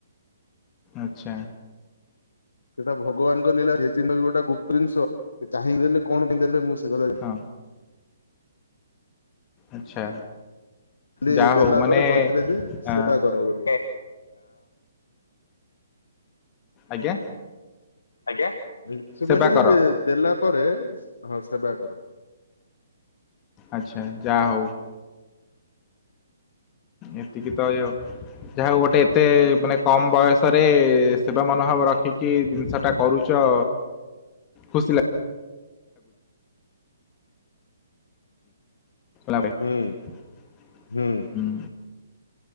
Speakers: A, on the left (about 25°); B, on the left (about 75°).
A: ଆଚ୍ଛା।
B: ସେଟା ଭଗବାନଙ୍କ ନିଳା ସେ ଜିନିଷ ଟା ବି ଗୋଟେ ଗୁପ୍ତ୍ ଜିନିଷ୍ ସେ ଚାହିଁ ଦେଲେ କଣ ପାଇଁ ଦେଲେ ମୁଁ ସେ କଥା
A: ହଁ ଆଚ୍ଛା।
B: ଦେ
A: ଯାହା
B: ଦେଲା
A: ହଉ ମାନେ
B: ପରେ କହିଥିଲେ ଯେ ସେବା
A: ଆ
B: କର ବୋଲି।
A: ଆଜ୍ଞା।
B: ଆଜ୍ଞା ସେ
A: ସେବା
B: କହିଲେ
A: କର
B: ଯେ ଦେଲା ପରେ ସ ହଁ ସେବା କର।
A: ଆଚ୍ଛା ଯା ହଉ। ଏତିକି ତ ୟ ଯାହା ହଉ ଗୋଟେ ଏତେ ମାନେ କମ୍ ବୟସରେ ସେବା ମନୋଭାବ ରଖିକି ଜିନିଷ ଟା କରୁ ଚ ଖୁସି ଲାଗ ରାବେ ହୁଁ
B: ହୁଁ ହୁଁ